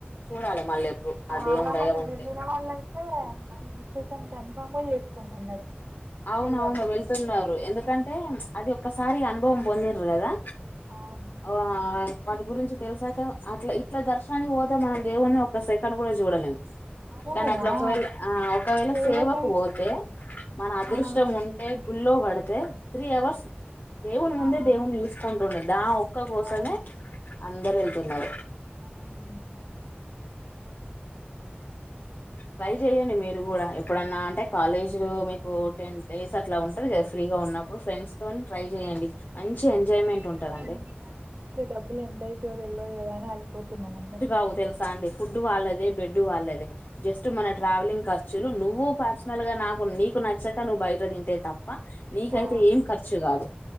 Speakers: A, on the left; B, on the right.
A: చూడాలి మళ్ళీ ఎప్పుడు
B: చాలా
A: ఆ దేవుని దయ
B: మంది
A: ఉంటే
B: వెళ్ళిన వాళ్ళయితే ఆ రిజిస్ట్రేషన్ కన్ఫర్మ్ గా చేసుకుంటున్నారు
A: అవునవును
B: శ్రీవారి సేవ
A: వెళ్తున్నారు
B: కోసం
A: ఎందుకంటే అది ఒక్కసారి అనుభవం పొందిన్రు కదా
B: అవును
A: ఆ వాటి గురించి తెలిసాక అట్లా ఇట్లా దర్శనానికి పోతే మన దేవున్ని ఒక సెకండ్ కూడా చూడలేము
B: అవును
A: కానీ అట్లా
B: ఆ
A: ఒకవేళ ఆ ఒకవేళ
B: సేవకైతే
A: సేవకు పోతే మన అదృష్టం
B: ఆ
A: ఉంటే గుల్లో పడితే త్రీ అవర్స్
B: అవును
A: దేవుని ముందే
B: ఆ
A: దేవుని కుంటుండేది దా ఒక్క కోసమే
B: అవును.
A: అందరు వెళ్తున్నారు
B: అవునా
A: ట్రై చెయండి మీరు కూడా ఎప్పుడన్నా అంటే కాలేజీ లో
B: అవును.
A: మీకు టెన్ డేస్ అట్లా ఉంటంది కదా ఫ్రీగా ఉన్నప్పుడు ఫ్రెండ్స్ తో
B: ఉమ్.
A: ట్రై చేయయండి మంచి
B: మేము
A: ఎంజాయ్మెంట్
B: ఫ్రీగానే
A: ఉంటందండి
B: అండి కాకపోతే డబ్బులు ఎంత అవుతదొ తెల్వదు కదా అని అగిపోతున్నామ్ అందరం
A: అవుదు తెల్సా అండి ఫుడ్ వాళ్ళదే బెడ్ వాళ్ళేదే జస్ట్ మన
B: ఆ
A: ట్రావెలింగ్ ఖర్చులు నువ్వు పర్సనల్ గా నాకు నీకు నచ్చక నువ్వు బయట తింటే తప్ప నీకైతే
B: ఆ
A: ఏం ఖర్చు కాదు